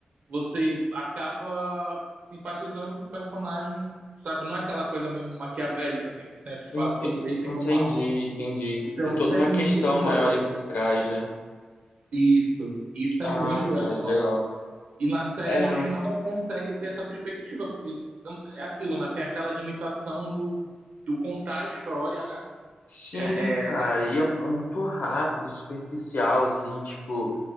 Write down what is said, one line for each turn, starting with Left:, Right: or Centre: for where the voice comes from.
Right: você acaba simpatizando com o personagem, sabe? Não é aquela coisa meio maquiavélica 100% tipo,
Left: Ente-
Right: ah, tem o bem e tem
Left: Entendi,
Right: o mal.
Left: entendi.
Right: Então,
Left: Tem toda
Right: isso é
Left: uma
Right: muito
Left: questão
Right: interessante.
Left: maior ali por trás, né?
Right: Isso, isso
Left: Ah,
Right: é muito legal.
Left: cara, legal.
Right: E na série
Left: É,
Right: a gente não consegue ter essa perspectiva, porque não- é aquilo, né? Tem aquela limitação do, do contar a história, né?
Left: sim,
Right: É,
Left: cara,
Right: é,
Left: e é é muito rápido, superficial, assim, tipo,